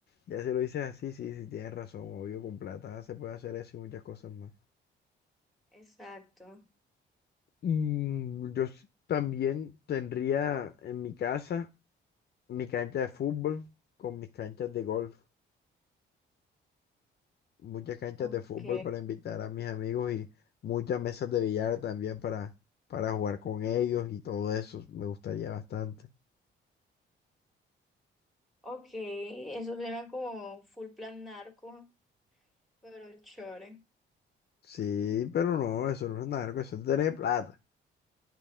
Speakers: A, on the left; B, in the centre.
A: Ya si lo dices así, sí, sí, tienes razón, obvio, con plata se puede hacer eso y muchas cosas más.
B: Exacto.
A: Y yo s- también tendría en mi casa mi cancha de fútbol con mis canchas de golf, muchas canchas
B: Ok,
A: de fútbol para invitar a mis amigos y muchas mesas de billar también para, para jugar con ellos y todo eso, me gustaría bastante.
B: ok. Eso suena como full plan narco, pero chévere.
A: Sí, pero no, eso no es nada, eso es tener plata.